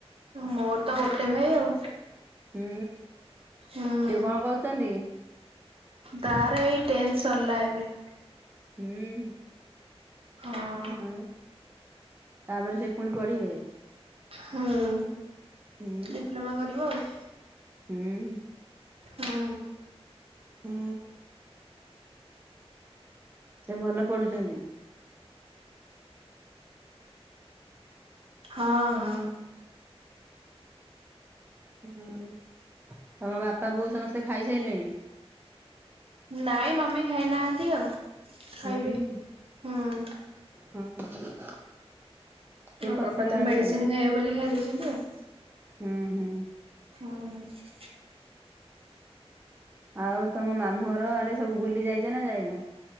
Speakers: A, on the right (about 60°); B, on the right (about 20°).
A: ମୋର ତ ଗୋଟେ ଭାଇ ଆଉ।
B: ହୁଁ
A: ହୁଁ
B: ସିଏ କଣ କରୁଛନ୍ତି?
A: ତାର ଏଇ ଟେନ୍ଥ ସରିଲା ଏବେ।
B: ହୁଁ।
A: ହଁ।
B: ହୁଁ ତାପରେ ସେ ପୁଣି ପଢ଼ିବେ?
A: ହୁଁ
B: ହୁଁ
A: ଡିପ୍ଲମା କରିବ ଆଉ।
B: ହୁଁ।
A: ହୁଁ।
B: ହୁଁ। ସେ ଭଲ ପଢୁଚନ୍ତି?
A: ହଁ ହଁ।
B: ହୁଁ ହୁଁ ତମ ବାପା ବୋଉ ସମସ୍ତେ ଖାଇସାରିଲେଣି?
A: ନାଇଁ ମମି ଖାଇନାହାନ୍ତି ଆଉ। ଖାଇବେ।
B: ହୁଁ
A: ହୁଁ
B: ହଁ। ସେ
A: ହଁ
B: ପଛରେ
A: ବାବା ତ
B: ଖାଇବେ
A: ମେଡ଼ିସିନ୍
B: ଆଉ
A: ଖାଇବେ ବୋଲି ଖାଇଦେଇଛନ୍ତି ଆଉ।
B: ହୁଁ ହୁଁ।
A: ହୁଁ।
B: ଆଉ ତମ ମାମୁଁ ଘର ଆଡ଼େ ସବୁ ବୁଲି ଯାଇଚ ନା ଯାଇନ?